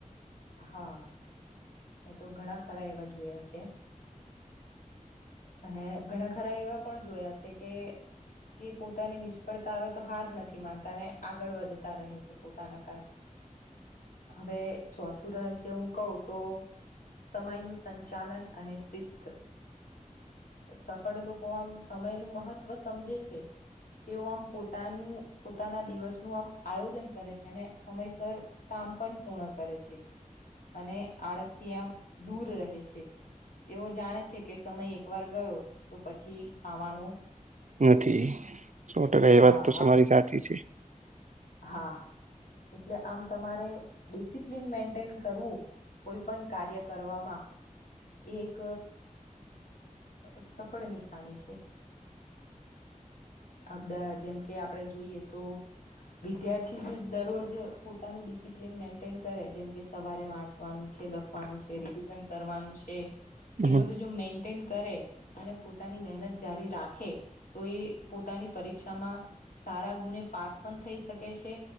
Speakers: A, on the left; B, on the right.
A: હા મેં તો ઘણા ખરા એવા જોયા છે. અને ઘણા ખરા એવા પણ જોયા છે કે. તે પોતાની નિષ્ફળતા આવે તો હાર નથી માનતા ને આગળ વધતા રહે છે પોતાના. હવે ચોથું રહસ્ય હું કઉ તો. સમયનું સંચાલન અને શિસ્ત. સફળ લોકો આમ સમય નું મહત્વ સમજે છે. તેઓ આમ પોતાનું પોતાના દિવસ નું આમ આયોજન કરે છે સમયસર. પણ પૂર્ણ કરે છે અને આળસિયા દૂર રહે છે. તેઓ જાણે છે કે સમય એક વાર ગયો તો પછી આવવાનો.
B: નથી સોટકા
A: હા
B: એ વાત તો
A: હા
B: તમારી સાચી છે.
A: હા એટલે આમ તમારે ડિસિપ્લિન મેન્ટેન કરવું. કોઈ પણ કાર્ય કરવામાં એક. સફળ નિશાની છે. આપદ જેમ કે આપડે જોઈએ તો. વિદ્યાર્થી દરરોજ પોતાનું ડિસિપ્લિન મેન્ટેન કરે જેમ કે સવારે વાંચવાનું છે. કરવાનું છે એ
B: હમ
A: બધું જો મે. ે અને પોતાની મહેનત જારી રાખે તો એ પોતાની પરીક્ષામાં. સારા ગુણે પાસ પણ થઈ શકે છે.